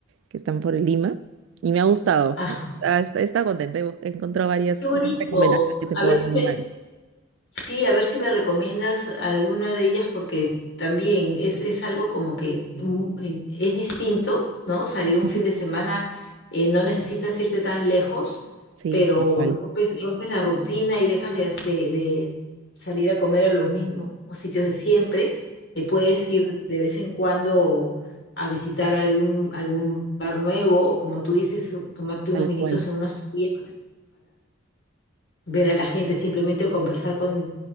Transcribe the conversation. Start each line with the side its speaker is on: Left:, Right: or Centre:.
Right: que están por Lima, y me ha gustado.
Left: Ajá.
Right: Ah, Está, está contenta, he bus- he encontrado varias,
Left: Qué bonito.
Right: varias recomendaciones que te
Left: A
Right: puedo
Left: ver
Right: dar
Left: si
Right: alguna
Left: me,
Right: vez.
Left: Sí, a ver si me recomiendas alguna de ellas porque también es, es algo como que mm, eh, es distinto, ¿no? Salir
Right: Ujú.
Left: un fin de semana, eh, no necesitas irte tan lejos,
Right: Sí,
Left: pero
Right: tal cual,
Left: rompes, rompes la rutina y dejas de, hac- de- de salir a comer a los mismos sitios de siempre. Eh, puedes ir de vez en cuando a visitar algún, algún bar nuevo, o como tú dices, tomarte
Right: tal
Left: unos vinitos
Right: cual.
Left: en unos días ver a la gente, simplemente o conversar con,